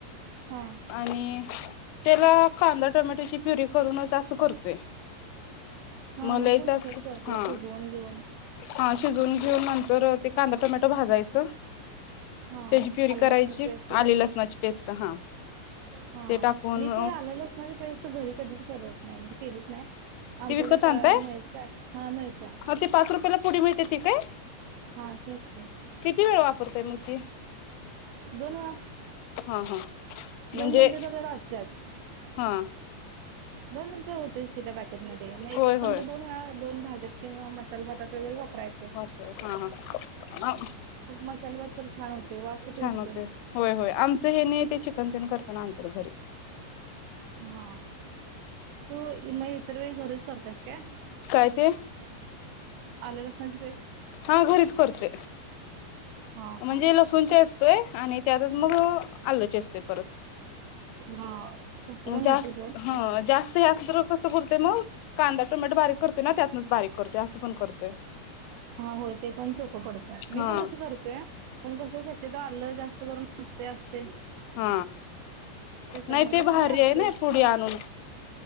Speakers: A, on the right; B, on the left.
A: हा
B: आणि त्याला कांदा टोमॅटोची प्युरी करूनच असं करतोय.
A: हा
B: मलाईच
A: मी पण
B: अस
A: तसच करते
B: हा.
A: शिजवून घेऊन
B: हा शिजवून घेऊ नंतर ते कांदा टोमॅटो भाजायचं.
A: हा
B: त्याची प्युरी
A: आलं
B: करायची
A: लसणाची पेस्ट करून
B: आली लसणाची पेस्ट हा
A: हा
B: ते टाकून
A: मी काय आलं लसणाची पेस्ट घरी कधीच करत नाही म्हणजे कधी केलीच नाही. आमच्या
B: ती विकत
A: इथ तयार
B: आणताय
A: मिळत हा मिळत्या.
B: ती पाच रुपयाला पुडी मिळते ती काय
A: हा तेच की
B: किती वेळ वापरताय मग ती?
A: दोन वेळा.
B: हा हा म्हणजे
A: दोन चमचे त्याच्यात असत्याच.
B: हा
A: दोन चमचे होतेस कि त्या पॅकेट मध्ये एक
B: होय
A: एक चमचा
B: होय
A: दोनवेळा दोन भाज्यात किंवा मसाला भात वगैरे वा प्राय येतंय.
B: वापरय हा ह
A: मसाले भात तर छान होते वास किती
B: छान
A: उठतोय
B: होते होय होय आमचं हे नी ते चिकन तेन करताना आणत्यात घरी.
A: हा तू मग इतर वेळ घरीच करतेस काय?
B: काय ते?
A: आलं लसणाची पेस्ट
B: हा घरीच करतोय.
A: हा
B: म्हणजे
A: हा
B: लसूणचा चेचतोय आणि त्यातच मग आल चेचतोय परत.
A: हा. तसं पण होते
B: जात
A: सोड
B: हा जास्त. ह कसं करते मग? कांदा टोमॅटो बारीक करते ना? त्यातनच बारीक करते असं पण करतोय.
A: हो ते पण सोपं पडत. मी
B: हा
A: पण तसंच करतोय पण कस शक्यत आलं जास्त करून नसते असते.
B: हा
A: त्याच्यामुळे
B: नाही ते
A: लसूण
B: भारी
A: काय असतोयच
B: आहे. ना पुढे आणून.